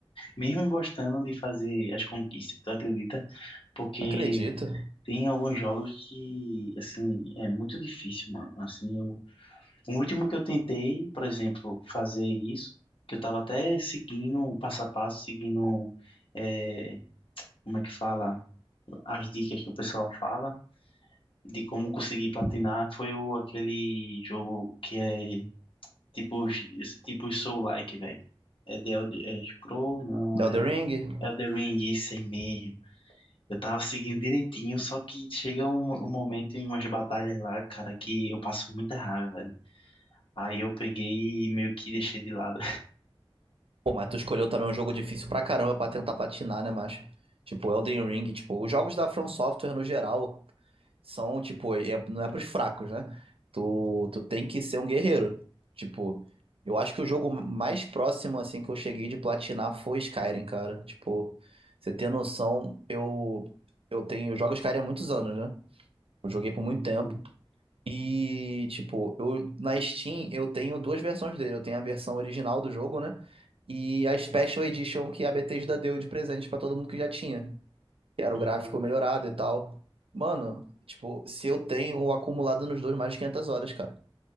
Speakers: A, on the left; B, on the right.
A: mesmo gostando de fazer as conquistas, tu acredita? Porque
B: Acredito.
A: tem alguns jogos que, assim, é muito difícil, mano. Assim, eu, o último que eu tentei, por exemplo, fazer isso, que eu tava até seguindo o passo a passo, seguindo, é, como é que fala, as dicas que o pessoal fala de como conseguir platinar, foi o, aquele jogo que é tipo, esse tipo Soul-like, velho. É The Elder, é Scroll, não,
B: Elden
A: é
B: Ring?
A: Elder Ring, isso aí mesmo. Eu tava seguindo direitinho, só que chega um, um momento em umas batalhas lá, cara, que eu passo muita raiva, velho. Aí eu peguei e meio que deixei de lado.
B: Pô, mas tu escolheu também um jogo difícil pra caramba pra tentar platinar, né, macho? Tipo, Elden Ring, tipo,
A: <laughs>
B: os jogos da From Software no geral são, tipo, é- não é pros fracos, né? Tu, tu tem que ser um guerreiro. Tipo, eu acho que o jogo mais próximo, assim, que eu cheguei de platinar foi Skyrim, cara. Tipo, você tem noção, eu, eu tenho, eu jogo Skyrim há muitos anos, né? Eu joguei por
A: Uhum,
B: muito tempo. E, tipo, eu, na Steam eu tenho duas versões dele. Eu tenho a versão original do jogo, né? E a Special Edition que a Bethesda deu de presente pra todo mundo que já tinha. Que era
A: uhum.
B: o gráfico melhorado e tal. Mano, tipo, se eu tenho acumulado nos dois mais de 500 horas, cara,